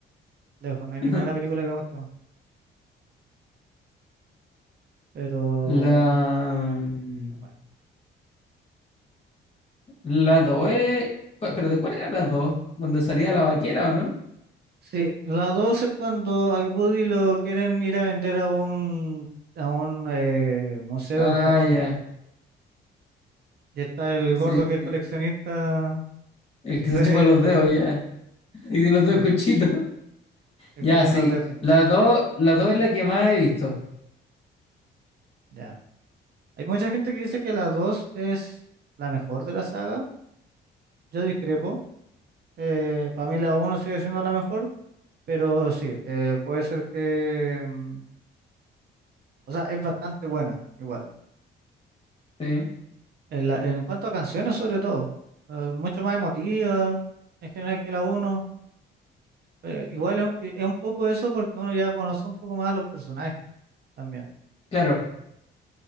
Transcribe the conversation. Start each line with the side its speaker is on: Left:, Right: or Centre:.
Right: lejos, no hay
Left: <laughs>
Right: ninguna película que me guste más, pero
Left: La... mm,
Right: es buena.
Left: La 2 es... ¿Pero de cuál era la 2? ¿Donde salía la vaquera o no?
Right: Sí, la dos es cuando al Woody lo quieren ir a vender a un, a un eh, museo
Left: Ah,
Right: en Japón.
Left: ya.
Right: Y está el
Left: Sí,
Right: gordo que
Left: sí.
Right: es coleccionista <laughs>
Left: El que
Right: de,
Left: se chupa los
Right: de
Left: dedos,
Right: juguetes.
Left: ya. <laughs> Y tiene los dedos
Right: Sí,
Left: conchitos.
Right: el
Left: Ya,
Right: que tiene
Left: sí.
Right: los dedos. con-
Left: La dos, la dos es la que más he visto.
Right: Ya. Hay mucha gente que dice que la 2 es la mejor de la saga. Yo discrepo. Eh, para mí la uno sigue siendo la mejor. Pero sí, eh, puede ser que... mm, O sea, es bastante buena, igual.
Left: Sí.
Right: En, la- en cuanto a canciones, sobre todo, eh, mucho más emotiva en general que la uno Eh, igual es, e, es un poco eso porque uno ya conoce un poco más a los personajes también.
Left: Claro.